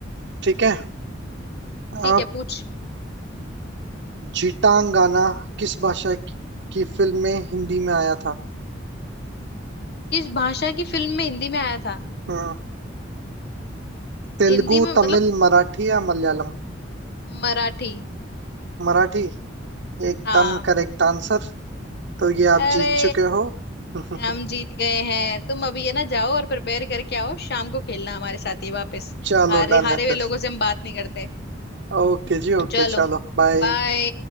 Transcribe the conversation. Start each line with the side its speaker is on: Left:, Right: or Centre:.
Right: ठीक है
Left: ठीक
Right: आप
Left: है पूछ
Right: जीटांगाना किस भाषा की, की फिल्म में हिंदी में आया था
Left: किस भाषा की फिल्म में हिंदी में आया था
Right: हम्म तेलुगु
Left: हिंदी में मतलब
Right: तमिल मराठी या मलयालम
Left: मराठी
Right: मराठी एकदम
Left: हाँ
Right: करेक्ट आंसर तो ये
Left: अरे
Right: आप जीत चुके हो <laughs>
Left: हम जीत गए हैं तुम अभी है ना जाओ और प्रिपेयर करके आओ शाम को खेलना हमारे साथ ही वापस
Right: चलो
Left: हारे
Right: डन
Left: हारे
Right: है
Left: हुए
Right: फिर
Left: लोगों से हम बात नहीं करते
Right: ओके जी ओके
Left: चलो
Right: चलो बाय
Left: बाय